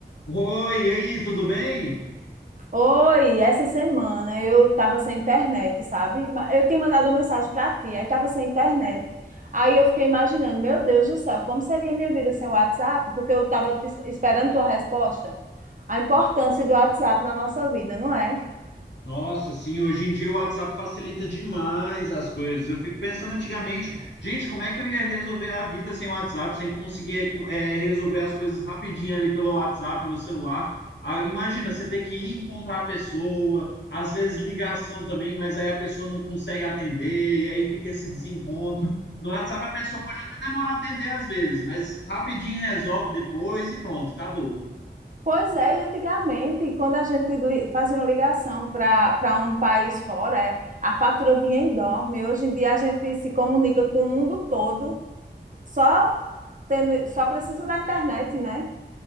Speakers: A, on the left (about 80°); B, on the right (about 45°).
A: Oi, e aí, tudo bem?
B: Oi, essa semana eu tava sem internet, sabe? Ma- Eu tinha mandado uma mensagem para ti, aí tava sem internet. Aí eu fiquei imaginando, meu Deus do céu, como seria minha vida sem o WhatsApp? Porque eu tava te- esperando tua resposta. A importância do WhatsApp na nossa vida, não é?
A: Nossa, sim, hoje em dia o WhatsApp facilita demais as coisas. Eu fico pensando antigamente, gente, como é que eu ia resolver a vida sem o WhatsApp, sem conseguir eh, com- eh, resolver as coisas rapidinho ali pelo WhatsApp, pelo celular? Ah, imagina, você ter que ir encontrar a pessoa, às vezes ligação também, mas aí a pessoa não consegue atender, e aí fica esse desencontro. No WhatsApp a pessoa pode até demorar a atender às vezes, mas rapidinho resolve depois e pronto, acabou.
B: Pois é, e antigamente, quando a gente li- fazia uma ligação para para um país fora, é, a fatura vinha enorme. Hoje em dia a gente se comunica com o mundo todo, só tendo, só precisa da internet, né?